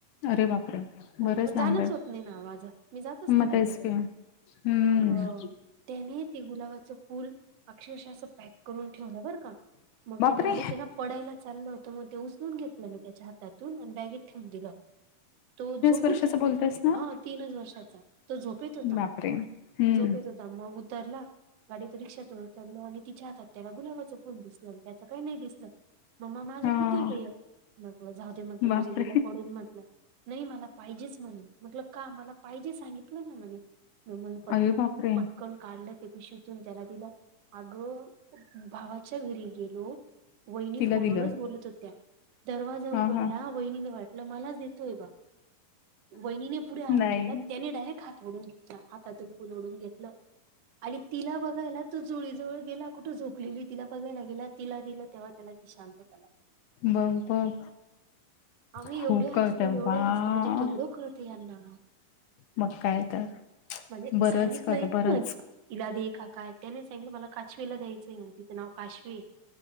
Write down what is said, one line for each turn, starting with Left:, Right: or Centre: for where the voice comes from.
Left: अरे बापरे!
Right: हो
Left: बरंच
Right: म
Left: लांब
Right: जाणच
Left: आहे.
Right: होत नाही ना माझं मी जातच नाही
Left: मग
Right: त्यांच्याकड
Left: तेच की. हं.
Right: मग त्याने ते गुलाबाचं फूल अक्षरशा असं पॅक करून ठेवलं बरं का म
Left: बापरे!
Right: ते गाडी ये ना पडायला चाललं होत म ते उचलून घेतलं मी त्याच्या हात तातून अनं बॅगेत ठेवून दिलं. तो झोपून
Left: वर्षाचं
Right: जाय
Left: बोलतेस ना?
Right: हा तीनच वर्षाचा तो झोपेत होता
Left: बापरे! हं.
Right: झोपेत होत म उतरला गाडी तुन रिक्षातून उतरल आणि तिच्या हातात त्याला गुलाबाच फु फुल दिसलं आणि त्याचं काय नाही दिसलं. मम्मा माझं
Left: हां.
Right: कुठेय गं हे मग जाऊ दे म्हंटल
Left: बापरे!
Right: तुझं गेलं पडून म्हंटल. नही मला पाहिजेच म्हणे म्हटलं का मला पाहिजे सांगितलं ना म्हणे म मंग पटकन
Left: अरे बापरे!
Right: पट कण काढलं ते पिशवीतून त्याला दिलं अग भावाच्या घरी गेलो. वहिनी
Left: तिला
Right: फोनवरच
Left: दिलं.
Right: बोलत होत्या, दरवाजा उघडला
Left: हां, हां.
Right: वहिणीने वाटलं मलाच देतोय बा वहिनीने पुढे हात
Left: नाही
Right: केला त्यानी डायरेक्ट हात ओढून घेतला हातातून फूल ओढून घेतलं आणि तिला बघायला तू झोळीजवळ गेला कुठं झोपलेली तिला बघायला गेला तिला दिलं तेव्हा त्याला ती शांतता लागली.
Left: मंग बघ
Right: आम्ही
Left: खूप
Right: एवढे हासलो
Left: कळतंय
Right: एवढे
Left: वाह!
Right: हासलो म्हणजे केवढं कळतंय यांना म
Left: मग काय तर.
Right: म्हणजे
Left: बरंच
Right: सांगितलंय
Left: कळतं बरंच.
Right: नाय हिला दे का काय त्याने सांगितलं मला काशवीला द्यायचं य म्हणे तिचं नाव काशवीये.